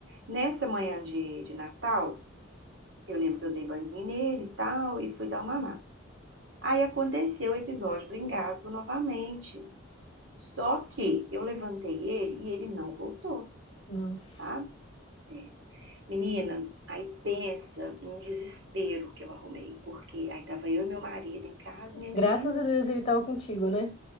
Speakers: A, on the right; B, on the left.
A: Nessa manhã de, de Natal, eu lembro que eu dei banzinho nele e tal, e fui dar uma mamar. Aí aconteceu o episódio do engasgo novamente. Só que eu levantei ele e ele não voltou,
B: Nossa.
A: sabe? É. Menina, aí pensa num desespero que eu arrumei, porque aí tava eu e meu marido em casa, e minha menina
B: Graças a Deus ele tava contigo, né?